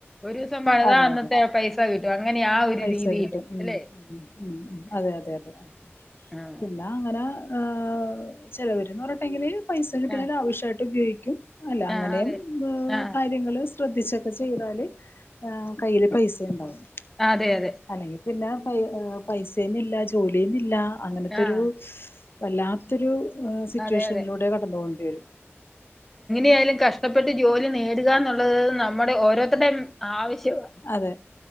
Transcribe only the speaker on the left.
അതെ
അതെ
പൈസ
കിട്ടും ഉം
ഉം ഉം ഉം അതെയതെയതെ
പിന്ന അങ്ങനെ ഏഹ് ചെലെവര്ന്ന് പർഞ്ഞ്ട്ടെങ്കില് പൈസ കിട്ട്ണെ
ലാവിഷായ്ട്ട് ഉപയോയ്ക്കും അല്ല അങ്ങനേം
ബ്
കാര്യങ്ങള് ശ്രദ്ധിച്ചൊക്കെ ചെയ്താല് ആഹ് കയ്യില് പൈസെ ഇണ്ടാവും
അല്ലെങ്കി പിന്നെ പൈ പൈസയുമില്ലാ ജോലിയുമില്ലാ അങ്ങനത്തൊരൂ
വല്ലാത്തൊരു ഏഹ് സിറ്റുവേഷെൻലൂടെ
കടന്നു പോവെണ്ടി വെരും
അതെ